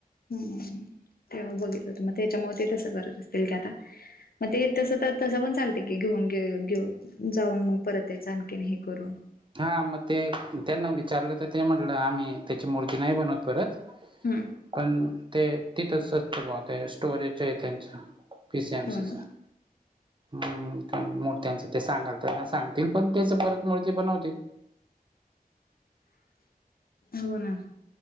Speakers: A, on the left; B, on the right.
A: हम् तेव्हा बघितलं तर मग त्याच्या म ते तसं करत असतील का आता. मग ते तस तर तसं पण चालते की घेऊन घेऊ घेऊन. जाऊन मग परत याच आणखीन हे करून.
B: हा मग ते त्यांना विचारलं तर ते म्हटलं आम्ही त्याची मूर्ती नाही बनवत परत.
A: हम्.
B: पण ते तिथंचच भा ते स्टोरेज आहे त्यांचं. पी स एम
A: हो
B: सीचा.
A: ना
B: हम्म मूर्त्यांचं ते सांगालना सांगतील पण त्याच परत मूर्ती बनवतील.
A: हो ना.